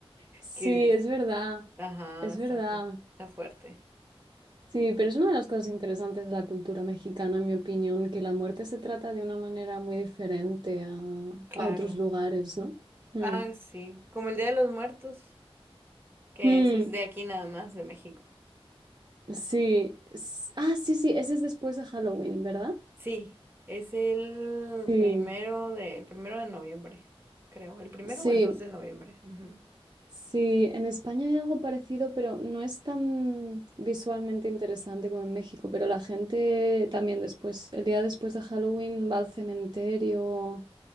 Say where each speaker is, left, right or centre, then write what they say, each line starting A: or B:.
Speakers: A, on the right; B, on the right.
A: sí,
B: Que, es-
A: es verdad.
B: ajá,
A: Es
B: está,
A: verdad.
B: fu- está fuerte.
A: Sí, pero es una de las cosas interesantes de la cultura mexicana, en mi opinión, que la muerte se trata de una manera muy diferente a,
B: Claro.
A: a otros lugares, ¿no? Mm.
B: Ah, sí, como el Día de los Muertos, que
A: Mm,
B: ese es de aquí nada más, de México.
A: Sí. s- Ah, sí, sí, ese es después de Halloween, ¿verdad?
B: Sí, es el
A: Sí,
B: primero de, el primero de noviembre, creo. ¿El primero
A: sí,
B: o el 2 de noviembre? Ujú.
A: sí. En España hay algo parecido, pero no es tan visualmente interesante como en México, pero la gente también después, el día después de Halloween, va al cementerio